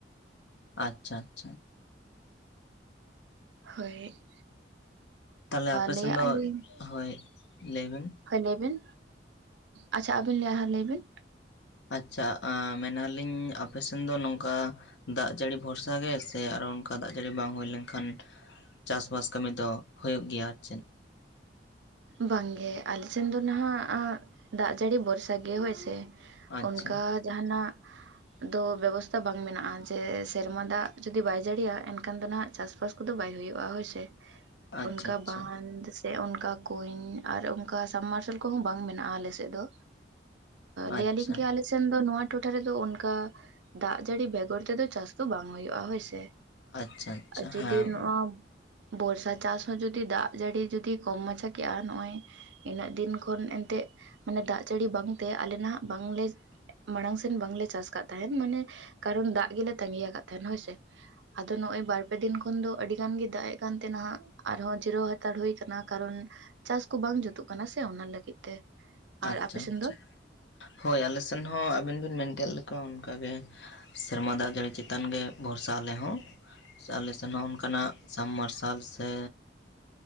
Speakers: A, on the left; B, on the right.
A: ᱟᱪᱪᱷᱟ ᱟᱪᱪᱷᱟ
B: ᱦᱳᱭ
A: ᱛᱟᱦᱚᱞᱮ ᱟᱯᱮᱥᱮᱱ
B: ᱞᱟᱹᱭᱟᱜ
A: ᱫᱚ
B: ᱟᱹᱞᱤᱧ
A: ᱦᱳᱭ ᱞᱟᱹᱭᱵᱤᱱ
B: ᱦᱳᱭ ᱞᱟᱹᱭ ᱵᱤᱱ ᱟᱪᱪᱷᱟ ᱟᱹᱵᱤᱱ ᱞᱟᱹᱭ ᱞᱟᱹᱭ ᱵᱤᱱ᱾
A: ᱟᱪᱪᱷᱟ ᱢᱮᱱᱟᱞᱤᱧ ᱟᱯᱮᱥᱱ ᱫᱚ ᱱᱚᱝᱠᱟ ᱫᱟᱜ ᱡᱟᱹᱲᱤ ᱵᱷᱚᱨᱥᱟ ᱜᱮ ᱥᱮ ᱟᱨᱚ ᱚᱱᱠᱟ ᱫᱟᱜ ᱡᱟᱹᱲᱤ ᱵᱟᱝ ᱦᱩᱭ ᱞᱮᱱᱠᱷᱟᱱ ᱪᱟᱥᱼᱵᱟᱥ ᱠᱟᱹᱢᱤ ᱫᱚ ᱦᱩᱭᱩᱜ ᱜᱮᱭᱟ ᱪᱮᱫ
B: ᱵᱟᱝᱜᱮ ᱟᱞ ᱥᱮᱱ ᱫᱚ ᱱᱟᱦᱟᱜ ᱫᱟᱜ ᱡᱟᱹᱲᱤ ᱵᱷᱚᱨᱥᱟ ᱜᱮ ᱦᱳᱭ ᱥᱮ
A: ᱟᱪᱪᱷᱟ
B: ᱚᱱᱠᱟ ᱡᱟᱦᱟᱱᱟᱜ ᱫᱚ ᱵᱮᱵᱚᱥᱛᱟ ᱵᱟᱝ ᱢᱮᱱᱟᱜᱼᱟ ᱡᱮ ᱥᱮᱨᱢᱟ ᱫᱟᱜ ᱡᱩᱫᱤ ᱵᱟᱭ ᱡᱟᱹᱲᱤᱭᱤᱭᱟ ᱮᱱᱠᱷᱟᱱ ᱫᱚ ᱱᱟᱦᱟᱜ ᱪᱟᱥᱵᱟᱥ ᱠᱚᱫᱚ ᱵᱟᱭ ᱦᱩᱭᱩᱜᱼᱟ ᱦᱳᱭᱥᱮ
A: ᱟᱪᱪᱷᱟ
B: ᱚᱱᱠᱟ
A: ᱟᱪᱪᱷᱟ
B: ᱵᱟᱸᱫ ᱥᱮ ᱚᱱᱠᱟ ᱠᱩᱧ ᱟᱨ ᱚᱱᱠᱟ ᱥᱟᱵᱢ ᱢᱟᱨᱥᱟᱞ ᱠᱚᱦᱚᱸ ᱵᱟᱝ ᱢᱮᱱᱟᱜᱼᱟ ᱟᱞᱮ ᱥᱮᱫ ᱫᱚ᱾
A: ᱟᱪᱪᱷᱟ
B: ᱞᱟᱹᱭ ᱟᱹᱞᱤᱧ ᱜᱮ ᱟᱞᱮᱼᱼ ᱥᱮᱱ ᱫᱚ ᱱᱚᱣᱟ ᱴᱚᱴᱷᱟ ᱨᱮᱫᱚ ᱚᱱᱠᱟ ᱫᱟᱜ ᱡᱟᱹᱲᱤ ᱵᱮᱜᱚᱨ ᱛᱮᱫᱚ ᱪᱟᱥ ᱫᱚ ᱵᱟᱝ ᱦ ᱦᱩᱭᱩᱜᱼᱟ ᱦᱳᱭᱥᱮ᱾
A: ᱟᱪᱪᱷᱟ ᱟᱪᱪᱷᱟ
B: ᱟᱨ ᱡᱩᱫᱤ
A: ᱦᱮᱸ
B: ᱱᱚᱣᱟ ᱵᱚᱨᱥᱟ ᱪᱟᱥ ᱦᱚᱸ ᱡᱩᱫᱤ ᱫᱟᱜ ᱡᱟᱹᱲᱤ ᱡᱩᱫᱤ ᱠᱚᱢ ᱢᱟᱪᱷᱟ ᱠᱮᱜᱼᱟ ᱱᱚᱜᱼᱚᱭ ᱮᱱᱟᱹᱜ ᱫᱤᱱ ᱠᱷᱚᱱ ᱮᱱᱛᱮᱜ ᱢᱟᱱᱮ ᱫᱟᱜ ᱡᱟᱹᱲᱤ ᱵᱟᱝᱛᱮ ᱟᱞᱮ ᱱᱟᱦᱟᱜ ᱵᱟᱝᱞᱮ ᱢᱟᱲᱟᱝ ᱥᱮᱱ ᱵᱟᱝᱞᱮ ᱪᱟᱥ ᱟᱠᱟᱫ ᱛᱟᱦᱮᱸᱱ ᱢᱟᱱᱮ ᱠᱟᱨᱚᱱ ᱫᱟᱜ ᱜᱮᱞᱮ ᱛᱟᱺᱜᱤᱭᱟ ᱟᱠᱟᱫ ᱛᱟᱦᱮᱸᱱ ᱦᱳᱭᱥᱮ ᱟᱫᱚ ᱱᱚᱜ ᱚᱭ ᱵᱟᱨ ᱯᱮ ᱫᱤᱱ ᱠᱷᱚᱱ ᱫᱚ ᱟᱹᱰᱤ ᱜᱟᱱ ᱜᱮ ᱫᱟᱜ ᱮ ᱠᱟᱱ ᱛᱮᱱᱦᱟᱜ ᱟᱨᱦᱚᱸ ᱡᱤᱨᱟᱹᱣ ᱦᱟᱛᱟᱲ ᱦᱩᱭ ᱟᱠᱟᱱᱟ ᱠᱟᱨᱚᱱ ᱪᱟᱥ ᱠᱚ ᱵᱟᱝ ᱡᱩᱛᱩᱜ ᱠᱟᱱᱟ ᱥᱮ ᱚᱱᱟ ᱞᱟᱹᱜᱤᱫ ᱛᱮ ᱟᱨ
A: ᱟᱪᱪᱷᱟ
B: ᱟᱯᱮ ᱥᱮᱱ
A: ᱟᱪᱪᱷᱟ
B: ᱫᱚ
A: ᱦᱳᱭ ᱟᱞᱮ ᱥᱮᱱ ᱦᱚᱸ ᱟᱵᱤᱱ ᱵᱤᱱ ᱢᱮᱱ ᱠᱮᱫ ᱞᱮᱠᱟ ᱚᱱᱠᱟᱜᱮ ᱥᱮᱨᱢᱟ ᱫᱟᱜ ᱡᱟᱹᱲᱤ ᱪᱮᱛᱟᱱ ᱜᱮ ᱵᱷᱚᱨᱥᱟ ᱟᱞᱮ ᱦᱚᱸ᱾ ᱥᱮ ᱟᱞᱮ ᱥᱮᱱ ᱦᱚᱸ ᱚᱱᱠᱟᱱᱟᱜ ᱥᱟᱢᱵ ᱢᱟᱨᱥᱟᱞ ᱥᱮ